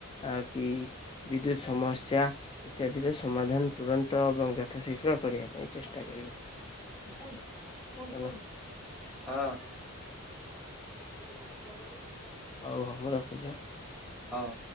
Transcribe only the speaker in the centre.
<unintelligible>
ହଁ।
ହଉ।